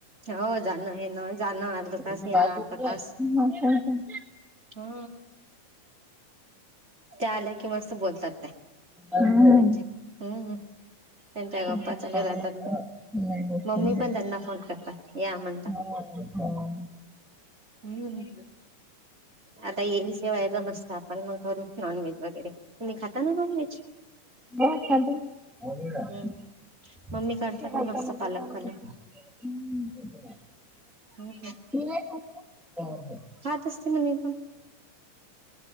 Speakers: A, on the right; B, in the centre.
A: हो जाण येन जान अर्ध
B: तुझी
A: तास येन
B: बायको
A: अर्ध
B: कुठे
A: तास.
B: आहे? मग काय तर.
A: हा. त्या आल्या कि मस्त बोलतात ते
B: हम्म.
A: त्यां हम्म. त्यांच्या
B: तुमच्या
A: गप्पा चालू
B: पायाला
A: राहतात
B: नाही गोष्ट
A: मम्मी
B: नाही.
A: पण त्यांना फोन करतात या म्हणतात.
B: नाही
A: हम्म आता येईल शवा्हाय ज मस्तात. म मगू नॉन व्हेज वगैरे तुम्ही खाता ना नॉन व्हेज?
B: ब <unintelligible>
A: हम्म मम्मी
B: तुम्ही
A: करतात ना मस्त पालक पालक
B: नाही खात
A: हम्म
B: का?
A: पाहात असते ना मी पण?